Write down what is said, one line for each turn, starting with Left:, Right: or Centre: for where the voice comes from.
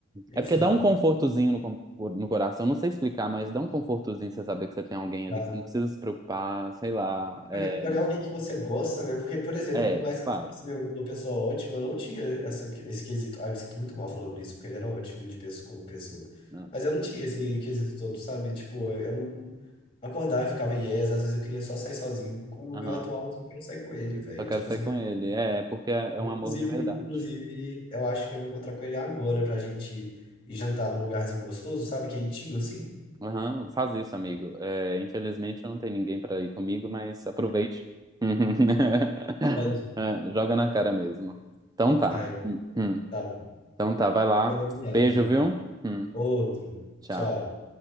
Left: Enfim,
Right: É porque dá um confortozinho no, com- no coração. Não sei explicar, mas dá um confortozinho você saber que você tem alguém
Left: dá,
Right: ali, que você não precisa se preocupar, sei lá.
Left: Quando
Right: É,
Left: quando é alguém que você gosta, né? Porque, por exemplo,
Right: é,
Left: por mais que
Right: claro.
Left: eu fosse meu- uma pessoa ótima, eu não tinha essa, esse quesito. Ah, eu me sinto muito mal falando isso, porque ele era ótimo de pessoa, como pessoa.
Right: né?
Left: Mas eu não tinha esse quesito todo, sabe? Tipo, eu não acordava e ficava yes, às vezes eu queria só sair sozinho. Com o
Right: Aham.
Left: meu atual, eu só quero sair com ele, velho.
Right: Só quero
Left: Tipo,
Right: sair
Left: eu só quero...
Right: com ele. É, porque é é
Left: Eu,
Right: um
Left: Inclusive,
Right: amor de verdade.
Left: inclusive, eu acho que eu vou encontrar com ele agora pra gente ir jantar num lugarzinho gostoso, sabe? Quentinho, assim.
Right: Aham, faz isso, amigo. É, infelizmente eu não tenho ninguém pra ir comigo, mas aproveite. <laughs>
Left: Tadinho.
Right: É, Joga na cara mesmo. Então tá.
Left: Ai,
Right: Hum, hum.
Left: tá bom.
Right: Então tá, vai lá.
Left: Então, vamos lá,
Right: Beijo,
Left: amigo.
Right: viu? Hum,
Left: Outro.
Right: tchau.
Left: Tchau.